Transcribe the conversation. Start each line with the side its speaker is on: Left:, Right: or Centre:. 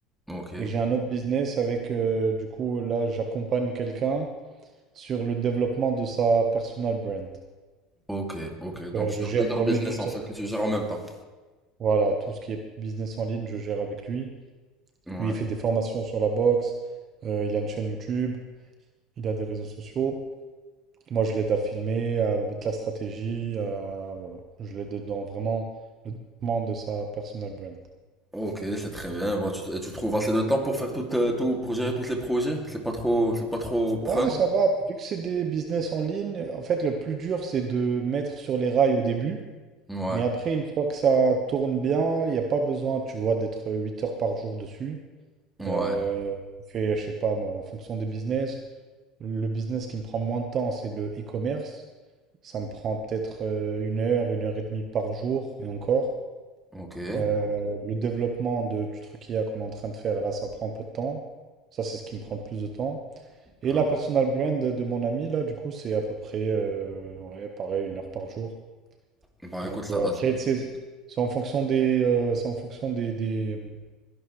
Centre: ok,
Right: Et j'ai un autre business avec, euh, du coup, là, j'accompagne quelqu'un sur le développement de sa personal brand.
Centre: ok, ok. Donc,
Right: Euh,
Centre: tu
Right: je
Centre: as
Right: gère
Centre: plusieurs
Right: pour
Centre: business
Right: lui toute
Centre: en
Right: sorte,
Centre: fait que tu gères en même temps.
Right: voilà, tout ce qui est business en ligne, je gère avec lui.
Centre: Ouais.
Right: Lui, il fait des formations sur la boxe, euh, il a une chaîne YouTube, il a des réseaux sociaux. Moi, je l'aide à filmer, à mettre la stratégie, à- voilà. Je l'aide dans vraiment le développement de sa personal brand.
Centre: Ok, c'est très bien. Bah, tu, et tu trouves assez de temps pour faire tout, euh, tout, pour gérer tous les projets? C'est pas trop, c'est pas trop prenant?
Right: Ouais, ça va. Vu que c'est des business en ligne, en fait, le plus dur, c'est de mettre sur les rails au début.
Centre: Ouais,
Right: Mais après, une fois que ça tourne bien, il n'y a pas besoin, tu vois, d'être 8 heures par jour dessus.
Centre: ouais,
Right: Euh, je fais, je sais pas, moi, en fonction des business, le business qui me prend moins de temps, c'est le e-commerce. Ça me prend peut-être euh, une heure, une heure et demie par jour, et encore.
Centre: ok.
Right: Euh, le développement de- du truc I a qu'on est en train de faire, là, ça prend un peu de temps. Ça, c'est ce qui me prend le plus de temps. Et
Centre: D'accord.
Right: la personal brand de mon ami, là, du coup, c'est à peu près, euh, ouais, pareil, une heure par jour.
Centre: Bah
Right: Donc
Centre: écoute, ça,
Right: euh, après, tu sais, c'est en fonction des, euh, c'est en fonction des, des, euh,